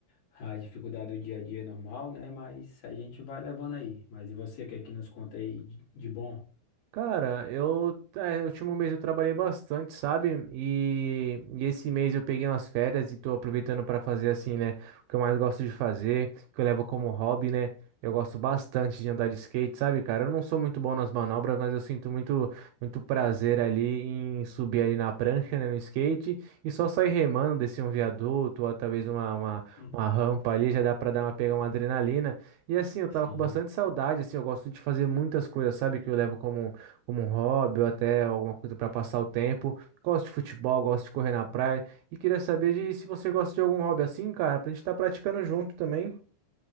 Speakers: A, on the left; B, on the right.
A: a dificuldade do dia a dia é normal, né? Mas a gente vai levando aí. Mas e você, o que é que nos conta aí de de bom?
B: Cara, eu, é, no último mês eu trabalhei bastante, sabe? E, e esse mês eu peguei umas férias e tô aproveitando para fazer assim, né? O que eu mais gosto de fazer, que eu levo como hobby, né? Eu gosto bastante de andar de skate, sabe, cara? Eu não sou muito bom nas manobras, mas eu sinto muito, muito prazer ali em subir ali na prancha, né, no skate, e só sair remando, descer um viaduto ou talvez uma, uma,
A: Hum.
B: uma rampa ali, já dá pra dar uma, pegar uma adrenalina. E assim, eu tava
A: Sim.
B: com bastante saudade, assim, eu gosto de fazer muitas coisas, sabe, que eu levo como como um hobby ou até alguma coisa para passar o tempo. Gosto de futebol, gosto de correr na praia e queria saber de se você gosta de algum hobby assim, cara, pra gente estar praticando junto também.